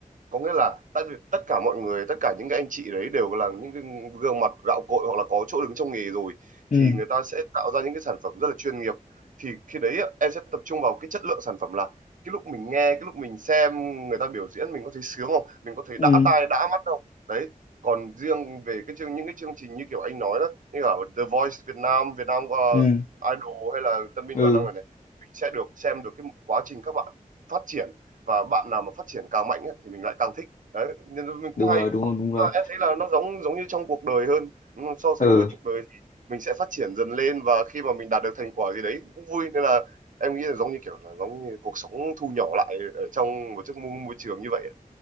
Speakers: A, on the right (about 65°); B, on the left (about 55°).
A: có nghĩa là tại vì tất cả mọi người tất cả những cái anh chị đấy đều là những cái gương mặt gạo cội hoặc là có chỗ đứng trong nghề rồi
B: ừ
A: thì người ta sẽ tạo ra những cái sản phẩm rất là chuyên nghiệp thì khi đấy á, em sẽ tập trung vào cái chất lượng sản phẩm là cái lúc mình nghe cái lúc mình xem người ta biểu diễn mình có thấy sướng không mình có thấy
B: ừ
A: đã tai đã mắt không đấy còn riêng về cái chương những cái chương trình như kiểu anh nói đó như ở The Voice Việt Nam Việt Nam ờ,
B: ừ
A: Idol hay là Tân binh
B: ừ
A: toàn năng này này mình sẽ được xem được cái quá trình các bạn phát triển và bạn nào mà phát triển càng mạnh ấy, thì mình lại càng thích đấy nên mình cũng
B: đúng
A: hay
B: rồi đúng rồi đúng rồi
A: Và em thấy là nó giống giống như trong cuộc đời hơn so sánh
B: ừ
A: với cuộc đời thì mình sẽ phát triển dần lên và khi mà mình đạt được thành quả gì đấy cũng vui nên là em nghĩ là giống như kiểu là giống như cuộc sống thu nhỏ lại ở trong một chiếc môi, môi trường như vậy ấy.